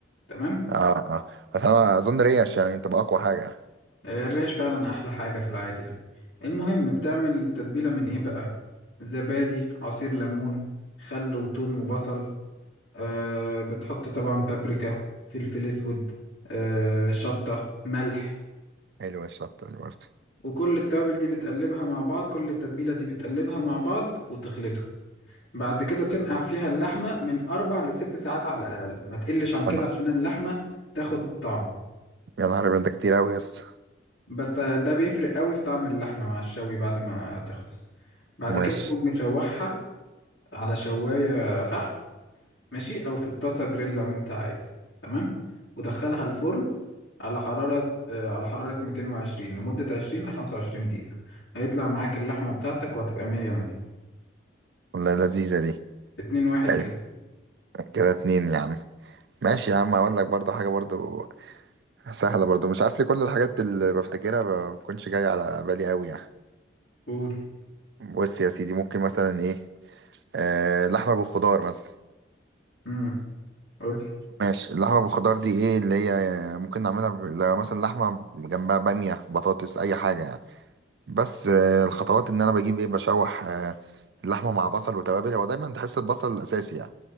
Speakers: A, on the left; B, on the right.
A: تمام
B: اه اه بس أنا أظن ريش يعني تبقى أقوى حاجة
A: آه، الريش فعلا أحلى حاجة في العادي يعني المهم بتعمل التتبيلة من إيه بقى زبادي عصير ليمون خل وتوم وبصل آه بتحط طبعا بابريكا فلفل أسود آه شطة ملح
B: حلوة الشطة دي برضه
A: وكل التوابل دي بتقلبها مع بعض كل التتبيلة دي بتقلبها مع بعض وتخلطهم بعد كده تنقع فيها اللحمة من أربع لست ساعات على الأقل ما تقلش عن كده
B: انا
A: عشان اللحمة تاخد طعم
B: يا نهار أبيض ده كتير أوي يا اسطى
A: بس ده بيفرق قوي في طعم اللحمة مع الشوي بعد ما تخلص بعد
B: ماشي
A: كده تقوم مشوحها على شواية فحم ماشي أو في الطاسة جريل لو أنت عايز تمام ودخلها الفرن على حرارة آه، على حرارة 220 لمدة 20 ل 25 دقيقة هيطلع معاك اللحمة بتاعتك وهتبقى مية مية
B: والله لذيذة دي
A: اتنين واحد
B: يعني.
A: كده
B: كده اتنين يا عم ماشي يا عم اقول لك برضو حاجة برضو سهلة برضو مش عارف ليه كل الحاجات اللي بفتكرها ما بتكونش جاية على بالي قوي يعني
A: قول
B: بص يا سيدي ممكن مثلا ايه آه لحمة بالخضار مثلا
A: امم قول
B: ماشي اللحمة بالخضار دي ايه اللي هي ممكن نعملها ب... لو مثلا لحمة جنبها بامية بطاطس اي حاجة يعني بس آه الخطوات ان انا بجيب ايه بشوح آه اللحمة مع بصل وتوابل هو دايما تحس البصل الاساسي يعني